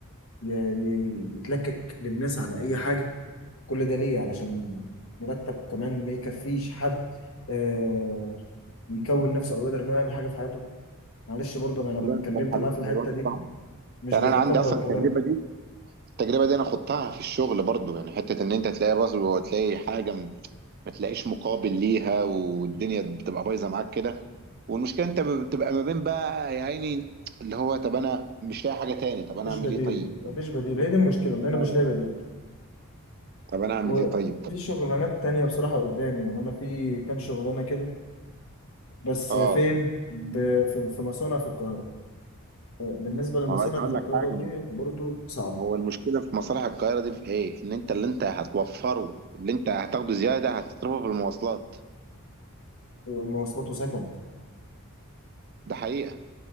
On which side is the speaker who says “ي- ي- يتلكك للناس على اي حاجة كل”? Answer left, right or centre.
Left